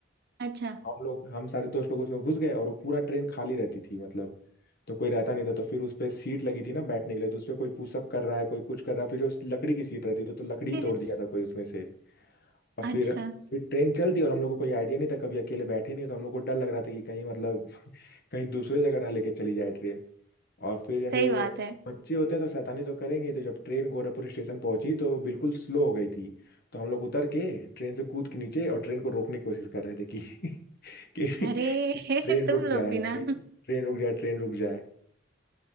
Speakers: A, on the right (about 55°); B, on the left (about 50°).
A: अच्छा
B: हम लोग हम सारे दोस्त लोग उसमें घुस गए और वो पूरा ट्रेन खाली रहती थी मतलब तो कोई रहता नहीं था तो फिर उस पे सीट लगी थी ना बैठने के लिए तो उस पे कोई पुशअप कर रहा है कोई कुछ कर रहा है फिर जो उस लकड़ी की सीट रहती थी तो लकड़ी
A: <laughs>
B: तोड़ दिया था कोई उसमें से और फिर
A: अच्छा
B: फिर ट्रेन चल दी और हम लोग को कोई आइडिया नहीं था कभी अकेले बैठे नहीं तो हम लोग को डर लग रहा था कि कहीं मतलब कहीं दूसरे जगह ना लेके चली जाए ट्रेन और फिर जैसे
A: सही बात है
B: बच्चे होते हैं तो शैतानी तो करेंगे ही, तो जब ट्रेन गोरखपुर स्टेशन पहुंची तो बिल्कुल स्लो हो गई थी तो हम लोग उतर के ट्रेन से कूद के नीचे और ट्रेन को रोकने की कोशिश कर रहे थे कि <laughs> कि,
A: अरे
B: कि
A: <laughs>
B: ट्रेन
A: तुम
B: रुक
A: लोग
B: जाए
A: भी
B: ट्रेन
A: ना
B: ट्रेन रुक जाए ट्रेन रुक जाए